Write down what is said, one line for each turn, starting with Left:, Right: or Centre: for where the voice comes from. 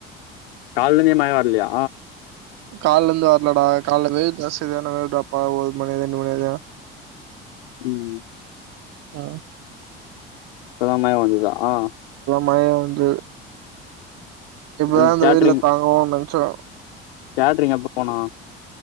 Left: கால்லந்தே மழ வர்லயா
Right: கால்லந்து வர்லடா கால்ல வெயில் ஜாஸ்திதான வேட்றாப்பா ஒரு மணி ரெண்டு மணி வரயு
Left: ம்
Right: ஆ
Left: இப்பதா மய வந்துதா ஆ
Right: மய வந்து எப்பதா
Left: எனக்கு
Right: இந்த
Left: கேட்ரிங்
Right: வெயில்ல தாங்குவோன் நென்ச்சோ
Left: கேட்ரிங் எப்ப போனா